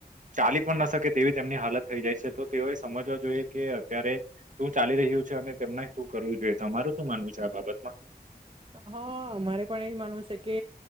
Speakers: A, on the right; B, on the right.
A: ચલી પણ ના શકે તેવી તેમની હાલત થઈ જાય છે. તો તેઓએ સમજવા જોઈએ. કે અત્યારે તું ચાલી રહ્યું છે. અને તેમના શું કરવું જોઈએ તો અમારું શું માનવું છે. આ બાબતમાં.
B: હા મારે પણ એજ માનવું છે કે.